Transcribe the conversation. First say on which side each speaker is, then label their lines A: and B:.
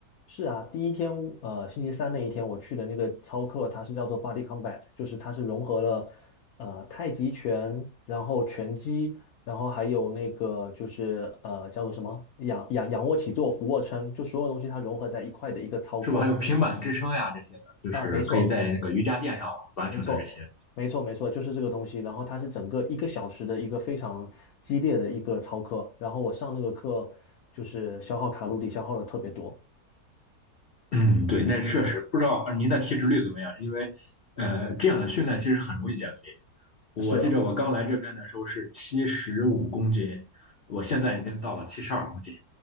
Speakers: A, on the left; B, on the left.
A: 是啊，第一天，呃，星期三那一天我去的那个操课，它是叫做 Body Combat，就是它是融合了呃太极拳，然后拳击，然后还有那个就是呃叫做什么仰仰仰卧起坐、俯卧撑，就所有东西它融合在一块的一个操课
B: 是不是？还有平板支撑呀这些的，就是可以在那个瑜伽垫上完成的这些。
A: 啊，没错，没错，没错，没错，就是这个东西。然后它是整个一个小时的一个非常激烈的一个操课，然后我上那个课就是消耗卡路里消耗了特别多。
B: 嗯，对，那确实不知道呃您的体脂率怎么样，因为呃这样的训练其实很容易减肥。我记着我刚来这边的时候是七十五公斤，
A: 是啊，
B: 我现在已经到了七十二公斤。